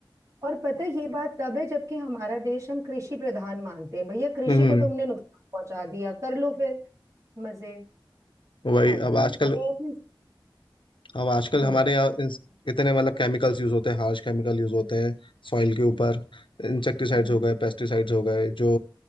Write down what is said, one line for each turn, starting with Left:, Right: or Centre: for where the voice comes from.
Right: और पता है ये बात तब है जबकि हमारा देश हम कृषि प्रधान मानते हैं भैया कृषि
Left: हम्म
Right: को तुमने नुकसान पहुंचा दिया कर लो फिर मजे
Left: वही
Right: पता
Left: अब आजकल
Right: नहीं अबे ऐसे-
Left: अब आजकल
Right: हम्म
Left: हमारे
Right: बत-
Left: यहाँ इस- इतने मतलब केमिकल्स यूज होते हैं हार्श केमिकल यूज होते हैं सॉइल के ऊपर इंसेक्टिसाइड्स
Right: हम्म,
Left: हो गए पेस्टिसाइड्स हो गए जो